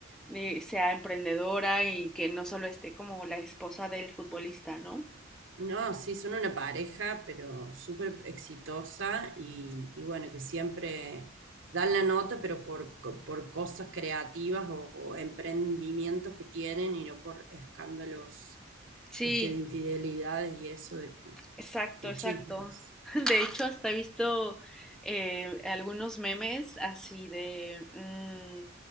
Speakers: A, in the centre; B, on the right (about 70°).
A: eh, sea emprendedora y que no solo esté como la esposa del futbolista, ¿no?
B: No, sí, son una pareja, pero súper exitosa y, y bueno, que siempre dan la nota, pero por, co- por cosas creativas o, o emprendimientos que tienen y no por escándalos
A: Sí,
B: este, de infidelidades y eso de,
A: Exacto,
B: de
A: exacto.
B: chismes.
A: <laughs> De hecho, hasta he visto eh, algunos memes así de mm,